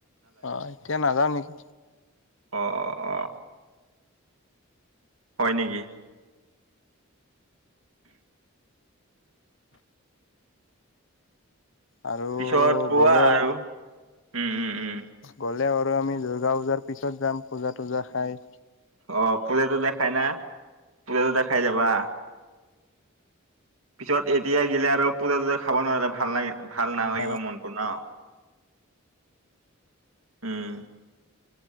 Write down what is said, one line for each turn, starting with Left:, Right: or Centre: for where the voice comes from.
Left: অ', এতিয়া নাযাৱ নেকি?
Right: অ', অ', অ'। হয় নেকি?
Left: আৰু
Right: পিছত কোৱা
Left: গ'লেও
Right: আৰু উম উম। উম
Left: গ'লেও আৰু আমি দুৰ্গা পূজাৰ পিছত যাম পূজা তুজা খাই।
Right: অ পূজা তুজা দেখাই না পূজাটো দেখাই যাবা। পিছত এতিয়া গিলে আৰু পূজা টুজা খাব নোৱাৰিলে ভাল নালাগিব
Left: অ
Right: মনতটো নহ। উম।